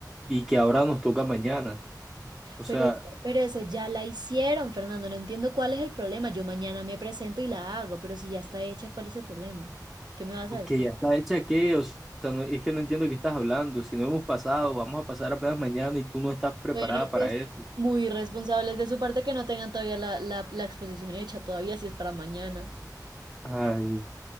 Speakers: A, in the centre; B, on the right (about 80°).
A: y que ahora nos toca mañana. O sea,
B: Pero, pero eso ya la hicieron, Fernando. No entiendo cuál es el problema. Yo mañana me presento y la hago, pero si ya está hecha, ¿cuál es el problema? ¿Qué me vas a decir?
A: que ya está hecha qué. O sea, no- es que no entiendo de qué estás hablando. Si no hemos pasado, vamos a pasar apenas mañana y tú no estás preparada
B: Bueno,
A: para
B: pues
A: eso.
B: muy irresponsables de su parte que no tengan todavía la, la, la exposición hecha, todavía si es para mañana.
A: Ay.